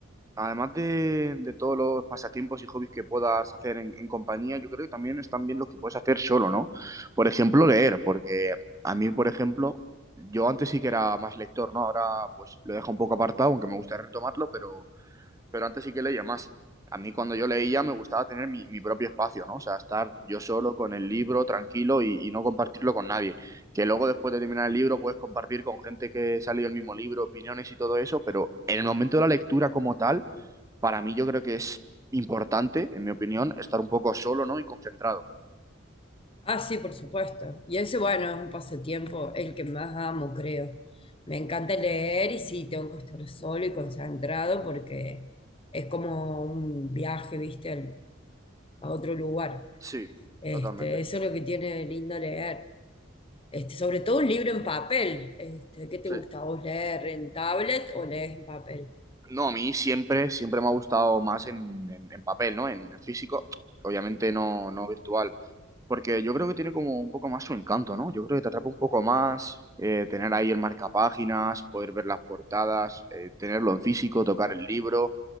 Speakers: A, on the right; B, on the left.
A: además de, de todos los pasatiempos y hobbies que puedas hacer en, en compañía, yo creo que también están bien los que puedes hacer solo, ¿no? Por ejemplo, leer, porque a mí, por ejemplo, yo antes sí que era más lector, ¿no? Ahora pues lo dejo un poco apartado, aunque me gusta retomarlo, pero pero antes sí que leía más. A mí cuando yo leía me gustaba tener mi, mi propio espacio, ¿no? O sea, estar yo solo con el libro, tranquilo y, y no compartirlo con nadie. Que luego después de terminar el libro puedes compartir con gente que se ha leído el mismo libro, opiniones y todo eso, pero en el momento de la lectura como tal, para mí yo creo que es importante, en mi opinión, estar un poco solo, ¿no? Y concentrado.
B: Ah, sí, por supuesto. Y ese, bueno, es un pasatiempo, el que más amo, creo. Me encanta leer y sí, tengo que estar solo y concentrado porque es como un viaje, viste, al- a otro lugar.
A: Sí,
B: Este,
A: totalmente.
B: eso es lo que tiene de lindo leer. Este, sobre todo un libro en papel. Este, ¿qué te
A: Sí.
B: gusta? ¿Vos leer en tablet o lees en papel?
A: No, a mí siempre, siempre me ha gustado más en, en- en papel, ¿no? En, en físico, obviamente no, no virtual, porque yo creo que tiene como un poco más su encanto, ¿no? Yo creo que te atrapa un poco más eh, tener ahí el marcapáginas, poder ver las portadas, eh, tenerlo en físico, tocar el libro.